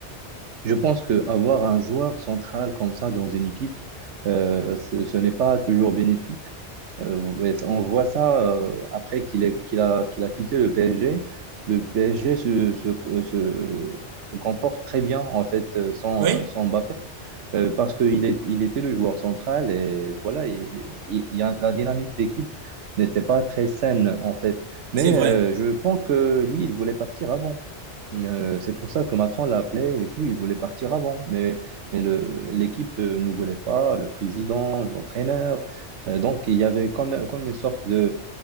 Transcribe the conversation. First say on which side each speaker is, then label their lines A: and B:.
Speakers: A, on the right; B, on the right.
A: Je pense qu'avoir un joueur central comme ça dans une équipe, euh, ce, ce n'est pas toujours bénéfique. Euh, ouais, on voit ça euh, après qu'il est- qu'il a, qu'il a quitté le PSG. Le PSG se, se, euh, se- se comporte très bien en fait euh, sans,
B: Oui,
A: sans Mbappé euh, parce qu'il est, il était le joueur central et voilà, et- et- il y a- la dynamique d'équipe n'était pas très saine en fait. Mais
B: c'est vrai.
A: euh, je pense que lui, il voulait partir avant. Euh, c'est pour ça que Macron l'appelait et tout, il voulait partir avant. Mais, mais le, l'équipe euh, ne voulait pas, le président, l'entraîneur. Euh, donc il y avait comme, comme une sorte de...